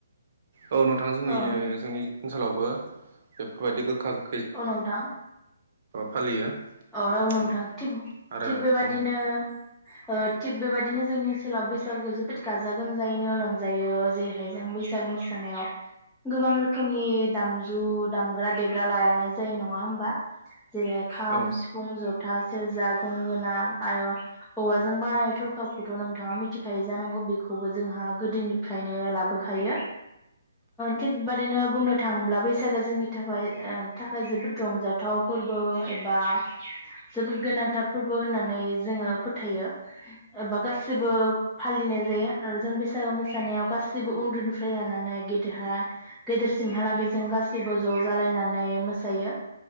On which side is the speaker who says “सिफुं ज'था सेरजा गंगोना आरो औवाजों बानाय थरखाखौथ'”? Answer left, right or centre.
Centre